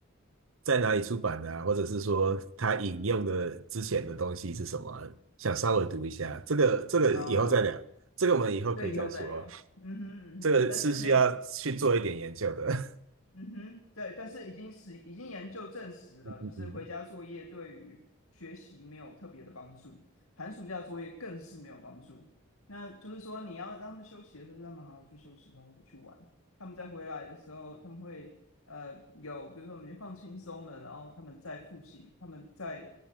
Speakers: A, on the right (about 70°); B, on the left (about 80°).
A: 在哪里出版的啊，或者是说他引用的之前的东西是什么啊想稍微读一下，这个这个以后再聊，
B: 啊，
A: 这个我们以后可以再说，
B: 对，以后再聊。嗯哼嗯哼，
A: 这个是需要去做一点研究的，
B: 但是没有嗯哼，对，但是已经是已经研究证实了，
A: <laughs> 嗯嗯
B: 就是回家作业对于学习没有特别的帮助，寒暑假作业更是没有帮助。那就是说，你要让他们休息的时候，就让他们好好去休息，然后去玩。他们再回来的时候，他们会呃有，比如说我们已经放轻松了，然后他们再复习，他们再